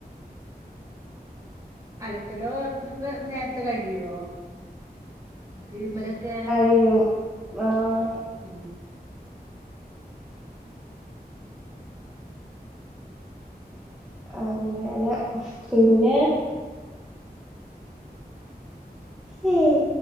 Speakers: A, on the right; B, in the centre.
A: അലക്കലോ ഇതൊക്കെ നേരത്തെ കഴിയോ തിരുമ്പലൊക്കെ.
B: കെയ്യും. ആഹ്
A: ഉം
B: അങ്ങനെ പിന്നെ ഹം